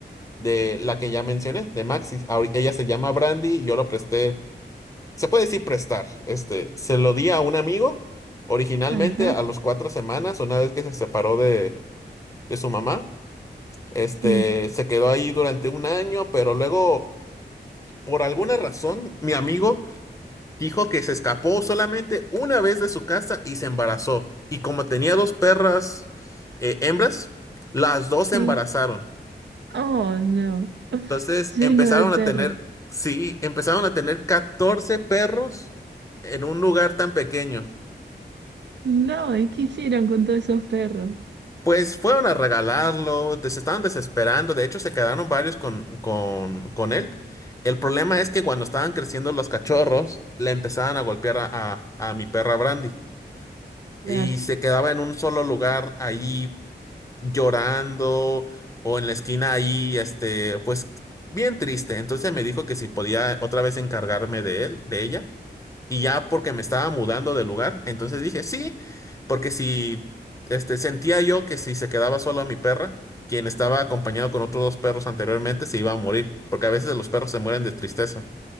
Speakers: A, on the left; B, on the right.
A: de la que ya mencioné, de Maxis. Ahori- Ella se llama Brandy, y yo lo presté, se puede decir prestar, este, se lo di a un amigo, originalmente
B: Ajá,
A: a los cuatro semanas, una vez que se separó de, de su mamá, este,
B: sí,
A: se quedó ahí durante un año, pero luego, por alguna razón, mi amigo Dijo que se escapó solamente una vez de su casa y se embarazó. Y como tenía dos perras eh, hembras, las dos
B: sí.
A: se embarazaron.
B: Oh, no.
A: Entonces
B: Lleno
A: empezaron
B: de perros.
A: a tener, sí, empezaron a tener 14 perros en un lugar tan pequeño.
B: No, ¿y qué hicieron con todos esos perros?
A: Pues fueron a regalarlo, des- se estaban desesperando, de hecho se quedaron varios con, con, con él. El problema es que cuando estaban creciendo los cachorros, le empezaban a golpear a, a- a mi perra Brandy.
B: Claro,
A: Y se quedaba en un solo lugar ahí llorando o en la esquina ahí, este, pues bien triste. Entonces me dijo que si podía otra vez encargarme de él, de ella, y ya porque me estaba mudando de lugar, entonces dije sí, porque si, este, sentía yo que si se quedaba sola mi perra, quien estaba acompañado con otros dos perros anteriormente, se iba a morir, porque a veces los perros se mueren de tristeza.